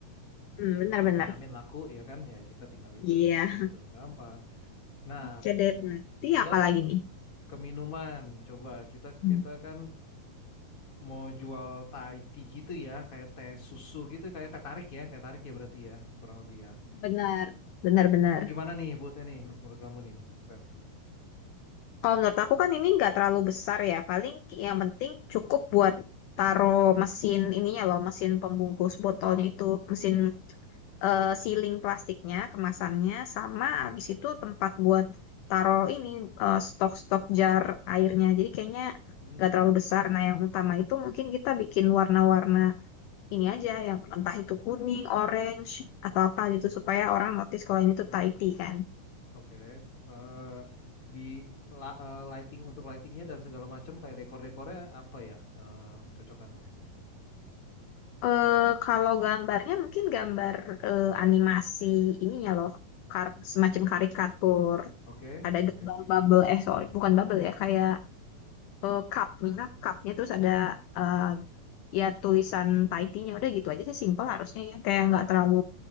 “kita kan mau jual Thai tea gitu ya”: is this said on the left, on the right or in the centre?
Left